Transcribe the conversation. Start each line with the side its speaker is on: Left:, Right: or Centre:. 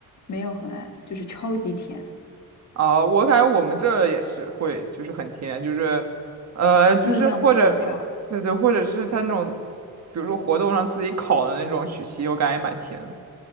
Left: 没有很爱，就是超级甜，
Right: 啊、我感觉我们这儿也是会，就是很甜，就是，呃，就是或者，
Left: 热量爆炸。
Right: 呃对对，或者是他那种，比如说活动上自己烤的那种曲奇，我感觉也蛮甜。